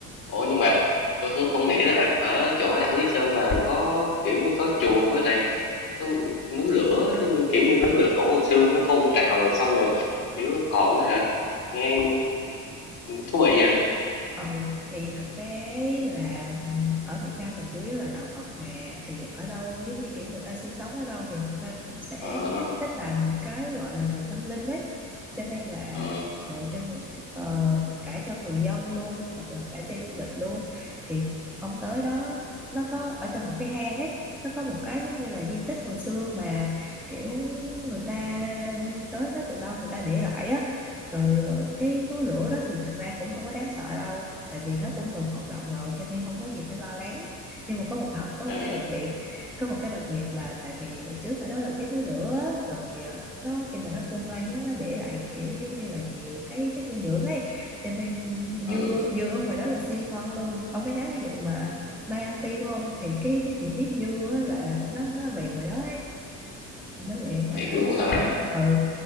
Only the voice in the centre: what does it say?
Ừ, thì thật ra ấy là ở Việt Nam mình chủ yếu là đạo Phật mà thì ở đâu giống như kiểu người ta sinh sống ở đâu thì người ta cũng sẽ
thích làm những cái gọi là về tâm linh đấy cho nên là
ừ, cho người, ờ, cả cho người dân luôn hoặc là cả cho du lịch luôn thì ông tới đó nó có ở trong một cái hang ấy nó có một cái giống như là di tích hồi xưa mà kiểu người ta tới đó từ lâu người ta để lại á rồi ờ, cái núi lửa đó thì thật ra cũng không có đáng sợ đâu tại vì nó cũng ngừng hoạt động rồi cho nên không có gì phải lo lắng nhưng mà có một ờ, có một
cái đặc biệt có một cái đặc biệt là tại vì hồi trước ở đó là cái núi lửa á, rồi ờ, nó khi mà nó phun lên á nó để lại kiểu giống như là nhiều cái chất dinh dưỡng ấy cho nên
dưa dưa ở ngoài đó là siêu ngon luôn ông có nhớ cái vụ mà mai ăn tim không thì cái cái truyền thuyết dưa á là nó nó về ngoài đó ấy tại nó biển ngoài
đảo
Lý Sơn
á ừ